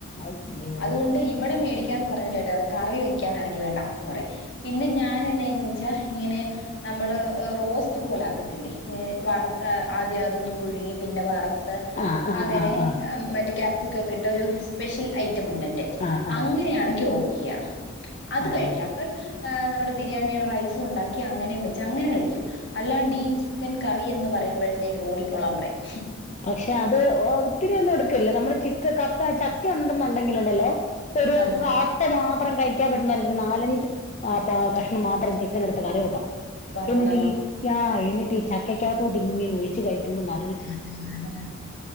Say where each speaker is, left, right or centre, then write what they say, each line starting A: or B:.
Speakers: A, on the left; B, on the left.
A: അയ്യോ
B: അതുകൊണ്ട്. ഇവടെ മേടിക്കാന്ന് പറഞ്ഞാൽ ഏട്ടായി പറയും കറി വെക്ക്യാനാണെങ്കി വേണ്ട ന്ന് പറയും. പിന്നെ ഞാന എന്നാ ചെയ്യും ന്ന് വെച്ചാ ഇങ്ങനെ നമ്മള് റോസ്റ്റ് പോല ആക്കത്തില്ലേ ഇങ്ങനെ വറ ആദ്യ അതൊന്നു പുഴുങ്ങി. പിന്നെ വറ ത്
A: ആഹ് ആഹ്
B: അങ്ങനെ
A: ആഹ് ആഹ്
B: മറ്റേ ക്യാപ്സിക്കൊക്കെ ഇട്ട് ഒരു സ്പെഷ്യൽ ഐറ്റം ഉണ്ട്. എന്റെ.
A: ആഹ് ആഹ്
B: യാണെങ്കി ഓക്കിയ അത്
A: ആഹ്
B: കഴിക്യാം. ഇപ്പം നമ്മള് ബിരിയാണി റൈസു ഉണ്ടാക്കി അങ്ങനേം വെച്ച് അങ്ങനെ കഴിക്കും. അല്ലാണ്ട് ഈ ചിക്കൻ കറി എന്ന് പറയുമ്പഴത്തേക്ക് ഓടിക്കൊള്ളാം പറയും.
A: പക്ഷെ അത് ഒത്തിരി ഒന്നും എടുക്കല്ല. നമ്മള് ചിക്ക കപ്പ ചക്ക ഉണ്ടെന്നുണ്ടെങ്കിലു ഉണ്ടല്ലോ. ഒരു
B: ആഹാ
A: ആ മാത്രം കഴിക്ക്യാം പറ്റുന്ന ഒര് നാലഞ്ച് ക കഷ്ണം മാത്രം ചിക്കൻ എടുത്ത് കറി വെക്കണം.
B: വറക്ക
A: എന്നിട്ട് ഈ ആ എന്നിട്ട് ഇ ചക്കക്കകത്തോട്ട് ഇങ്ങനെ ഒഴിച്ച് കഴിക്കുമ്പോ ന
B: <unintelligible>